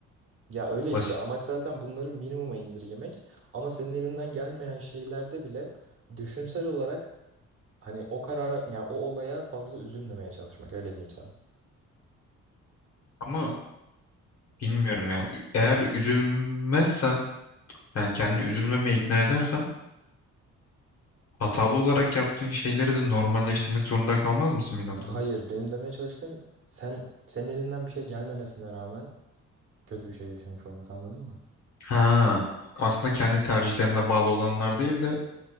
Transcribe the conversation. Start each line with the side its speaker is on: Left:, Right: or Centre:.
Right: Ya öyle işte
Left: basit.
Right: amaç zaten bunları minimuma indirgemek. Ama senin elinden gelmeyen şeylerde bile düşünsel olarak hani o karara yani o olaya fazla üzülmemeye çalışmak öyle diyeyim sana.
Left: Ama Bilmiyorum ya. Eğer üzülmezsen yani kendini üzülmemeye ikna edersen hatalı olarak yaptığın şeyleri de normalleştirmek zorunda kalmaz mısın bir noktada?
Right: Hayır, benim demeye çalıştığım sen senin elinden bir şey gelmemesine rağmen kötü bir şey yaşamış olmak anladın mı?
Left: Ha, aslında kendi tercihlerine bağlı olanlar değil de